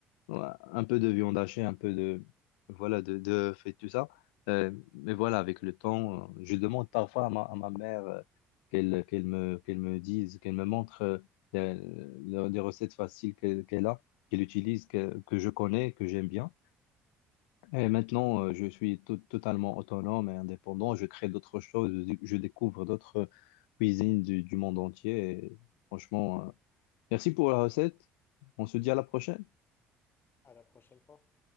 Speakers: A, on the left; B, on the left.
A: ouais, un peu de viande hachée, un peu de, voilà, de, de fait tout ça. Euh, mais voilà, avec le temps, euh, je demande parfois à ma, à ma mère euh, qu'elle, qu'elle me, qu'elle me dise, qu'elle me montre euh, les, les recettes faciles qu'elle, qu'elle a, qu'elle utilise, que, que je connais, que j'aime bien. Et maintenant, euh, je suis to- totalement autonome et indépendant. Je crée d'autres choses, je, je découvre d'autres euh, cuisines du, du monde entier. Et franchement, euh, merci pour la recette. On se dit à la prochaine.
B: À la prochaine fois.